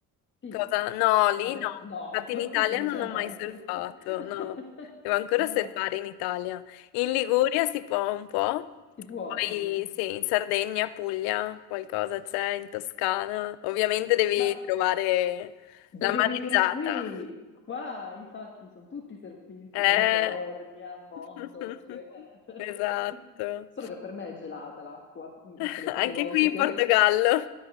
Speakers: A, on the left (about 30°); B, on the left (about 80°).
A: Sì,
B: Cosa? No, lì
A: a Venezia.
B: no.
A: No,
B: Infatti
A: <laughs> appunto
B: in Italia
A: non
B: non
A: c'è
B: ho
A: vento.
B: mai surfato,
A: <laughs>
B: no. Devo ancora
A: No,
B: surfare in Italia. In Liguria si può un po'.
A: si può.
B: Poi
A: mm. mm.
B: sì, in Sardegna, Puglia, qualcosa c'è, in Toscana. Ovviamente devi
A: Ma
B: trovare
A: devi
B: la mareggiata.
A: venire qui. Qua, infatti, sono tutti surfisti,
B: Eh.
A: California, Montauk.
B: <laughs>
A: eh. <laughs>
B: Esatto.
A: Solo che per me è gelata l'acqua, mm,
B: <laughs>
A: quelle poche
B: Anche
A: volte
B: qui in
A: che...
B: Portogallo.